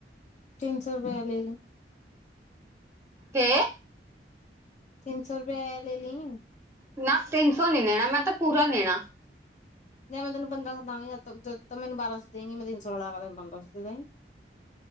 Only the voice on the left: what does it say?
ਤਿੰਨ ਸੌ ਰੁਪਏ ਲੈ ਲੇ।
ਤਿੰਨ ਸੌ ਰੁਪਇਏ ਆਇ ਲੈ ਲਈ
ਜੇ ਮੈਂ ਤੈਨੂੰ ਪੰਦਰਾਂ ਸੌ ਦਵਾਂਗੀ ਮੈਨ ਬਾਰਾਂ ਸੌ ਦੇਗੀ ਮੈਂ ਤਿੰਨ ਸੌ ਰਲਾਗਾ ਤੈਨ ਪੰਦਰ ਸੌ ਦੇਈ